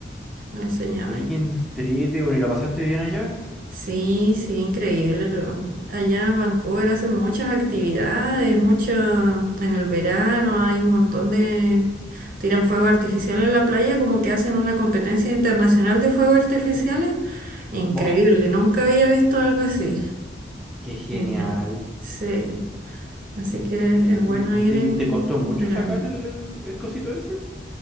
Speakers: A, on the right; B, in the centre.
A: me enseñaba
B: Oye,
A: ella.
B: qué entrete, bueno, ¿y la pasaste bien allá?
A: Sí, sí, increíble. lo- allá en Vancouver hacen muchas actividades, mucho en el verano hay un montón de... Tiran fuego artificial en la playa, como que hacen una competencia internacional de fuegos artificiales. Increíble,
B: ¡Buah!
A: nunca había visto algo así.
B: ¡Qué genial!
A: Genial. Sí. Así
B: Ay,
A: que
B: qué entrete.
A: es bueno
B: ¿Y
A: ir
B: te,
A: en
B: y te costó mucho
A: verano.
B: sacar el, el, el cosito ese?